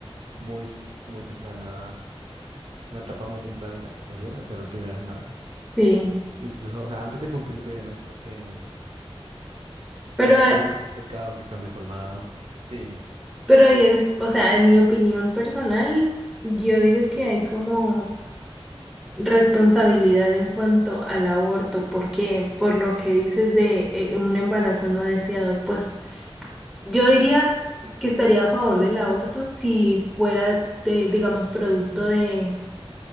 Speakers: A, on the right; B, in the centre.
A: muy, muy temprana, una etapa muy temprana en la gestación, o sea, las primeras semanas.
B: Sí,
A: Incluso, o sea, antes de cumplir el primer mes, porque
B: pero,
A: ya después
B: eh,
A: es más complicado, que está muy formado. Sí, dime.
B: pero ahí es, o sea, en mi opinión personal, yo digo que hay como responsabilidad en cuanto al aborto, porque por lo que dices de eh, un embarazo no deseado, pues Yo diría que estaría a favor del aborto si fuera de, digamos, producto de,